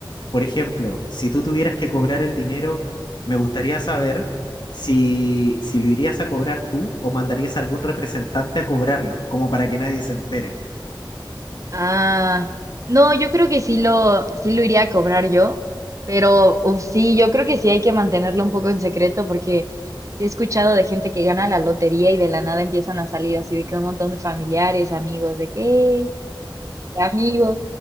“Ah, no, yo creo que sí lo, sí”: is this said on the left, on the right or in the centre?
Right